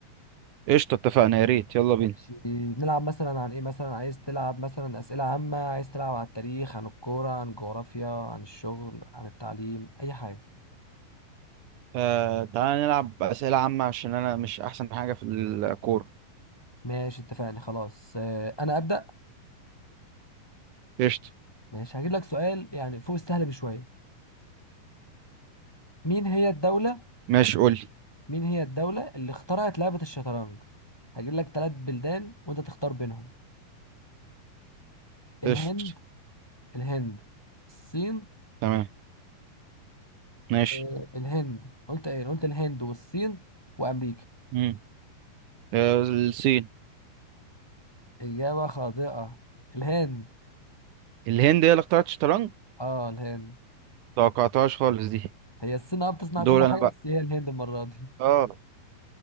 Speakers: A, on the right; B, in the centre.
A: قشطة اتفقنا يا ريت يلا
B: ماشي
A: بينا
B: نلعب مثلا عن ايه مثلا عايز تلعب مثلا اسئله عامه عايز تلعب عن التاريخ عن الكوره عن الجغرافيا عن الشغل عن التعليم اي حاجه
A: آه تعالى نلعب أسئلة عامة عشان أنا مش أحسن حاجة في الكورة
B: ماشي اتفقنا خلاص آه، انا ابدا
A: قشطة
B: ماشي هجيب لك سؤال يعني فوق السهل بشويه مين هي الدوله
A: ماشي قول لي
B: مين هي الدولة اللي اخترعت لعبة الشطرنج؟ هجيب لك ثلاث بلدان وانت تختار بينهم الهند
A: قشطة
B: الهند الصين
A: تمام ماشي
B: آه، الهند قلت ايه قلت الهند والصين وامريكا
A: مم. آه، الصين
B: اجابة خاطئة الهند
A: الهند هي اللي اخترعت الشطرنج
B: اه الهند
A: توقعتهاش خالص دي
B: هي الصين اه بتصنع
A: دول
B: كل حاجة
A: انا بقى
B: بس هي الهند المرة دي
A: اه